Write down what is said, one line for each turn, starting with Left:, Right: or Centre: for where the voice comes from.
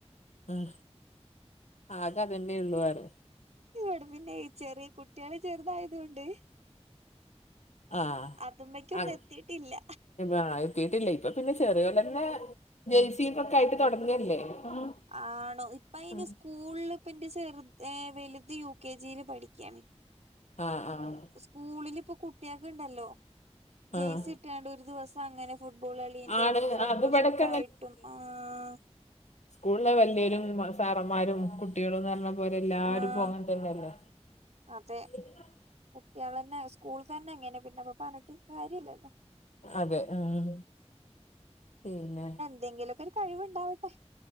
Left: ഉം ആകെ അതെന്നെ ഉള്ളൂ വേറെ
Right: ഇവിടെ പിന്നെ ഈ ചെറിയ കുട്ട്യാള് ചെറുതായതുകൊണ്ട്
Left: ആ
Right: അതുമ്മക്കൊന്നും
Left: അങ്ങ്
Right: എത്തിയിട്ടില്ല
Left: അയാ എത്തിയിട്ടില്ല ഇപ്പൊ പിന്നെ ചെറിയോലെന്നെ ജഴ്സിയൊക്കെ ആയിട്ട് തുടങ്ങല്ലേ ഉം
Right: ആണോ. ഇപ്പ അയിന്
Left: ഉം
Right: സ്കൂളില് ഇപ്പന്റെ ചെറു വലുത് യു കെ ജിയില് പഠിക്ക്യാണ്.
Left: ആഹ് ആഹ്
Right: സ്കൂളിൽ ഇപ്പൊ കുട്ടിയാക്ക്‌ ഇണ്ടല്ലോ. ജെഴ്‌സി
Left: ആഹ്
Right: ഇട്ടാണ്ട് ഒരു ദിവസം അങ്ങനെ ഫുട്ബോൾ കളിന്റെ
Left: ആണ്
Right: ഓര്ക്ക്‌ ഫോട്ടോഷൂട്ട്
Left: അത് ഇവിടൊക്കെ
Right: ആയിട്ടും ആഹാ
Left: സ്കൂളില് വലിയൊരും, സാറന്മാരും, കുട്ടികളുംന്ന് പറഞ്ഞ പോലെ എല്ലാരും
Right: ആഹ്
Left: ഇപ്പൊ അങ്ങനെ തന്നെയല്ലേ.
Right: അതെ
Left: <unintelligible>
Right: കുട്ട്യാളെന്നെ സ്കൂൾ തന്നെ അങ്ങനെ പിന്നെപ്പ പറഞ്ഞിട്ട് കാര്യം ഇല്ലല്ലോ.
Left: അതെ ഉം പിന്നെ
Right: എന്തെങ്കിലും ഒക്കെ ഒരു കഴിവുണ്ടാവട്ടെ.